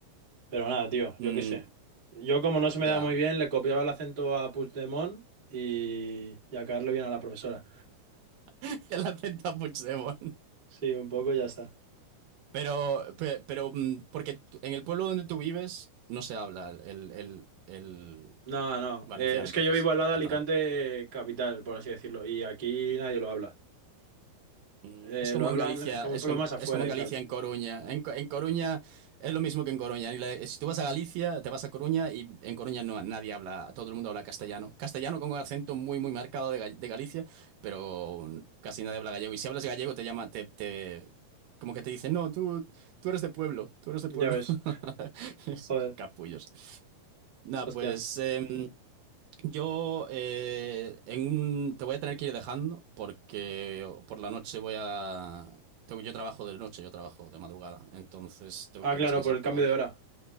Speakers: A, on the right (about 55°); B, on the right (about 75°).
A: Pero nada, tío, yo
B: Mm,
A: qué sé. Yo como no se me
B: ya,
A: da muy bien, le copiaba el acento a Puigdemont y, y a caerle bien a la profesora.
B: <laughs> el acento a Puigdemont.
A: Sí, un poco y ya está.
B: Pero, pe- pero, mm, porque tú- en el pueblo donde tú vives no se habla el, el, el
A: No, no,
B: valenciano,
A: eh, es
B: entonces,
A: que yo vivo al lado
B: catalán.
A: de Alicante capital, por así decirlo, y aquí nadie lo habla.
B: Mm,
A: Eh,
B: Es como
A: lo hablan
B: en Galicia,
A: como
B: es
A: pueblos
B: como,
A: más afuera
B: es como en
A: y
B: Galicia,
A: tal.
B: en Coruña. En, Co- en Coruña es lo mismo que en Coruña. Ni la- si tú vas a Galicia, te vas a Coruña y en Coruña no, nadie habla, todo el mundo habla castellano. Castellano con un acento muy, muy marcado de, Ga- de Galicia, pero casi nadie habla gallego. Y si hablas gallego, te llama, te, te- como que te dicen, no, tú, tú eres de pueblo, tú eres de
A: Ya
B: pueblo.
A: ves.
B: <laughs>
A: Joder,
B: Capullos. Nada,
A: hostia.
B: pues em, yo eh, en un- te voy a tener que ir dejando porque por la noche voy a... tengo- yo trabajo de noche, yo trabajo de madrugada, entonces tengo
A: Ah,
B: que
A: claro,
B: descansar
A: por el
B: todavía.
A: cambio de hora.